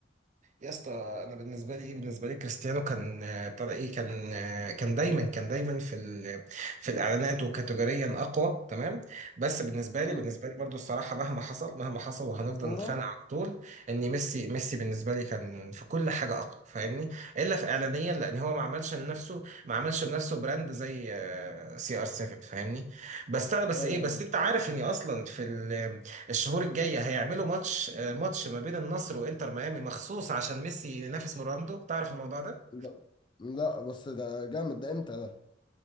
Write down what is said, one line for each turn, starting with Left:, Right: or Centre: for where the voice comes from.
Right: يا اسطى انا بالنسبه لي ايه بالنسبه لي كريستيانو كان آه، بتاع ده ايه كان آه، كان دايما كان دايما في ال- في الاعلانات وكاتيجوريا اقوى تمام بس بالنسبه
Left: امم
Right: لي بالنسبه لي برضو الصراحه مهما حصل مهما حصل وهنفضل
Left: كورة
Right: نتخانق على طول ان ميسي ميسي بالنسبه لي كان في كل حاجه اقوى فاهمني الا في اعلانيا لان هو ما عملش لنفسه ما عملش لنفسه براند زي آه، سي ار 7 فاهمني بس انا بس
Left: ايوه
Right: ايه بس
Left: ايوه
Right: انت عارف اني اصلا في ال- الشهور الجايه هيعملوا ماتش ماتش ما بين النصر وانتر ميامي مخصوص عشان ميسي ينافس رونالدو تعرف الموضوع ده
Left: لا لا بس ده جامد ده امتى ده